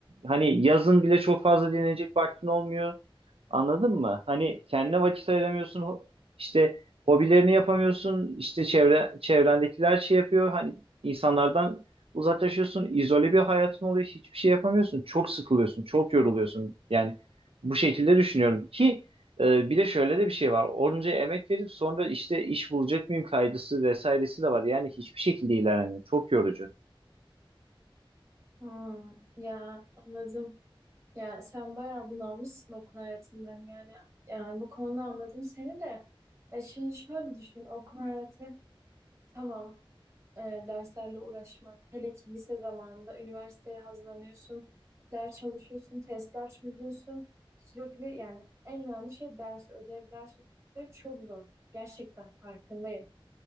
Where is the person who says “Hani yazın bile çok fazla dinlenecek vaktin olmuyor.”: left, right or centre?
Right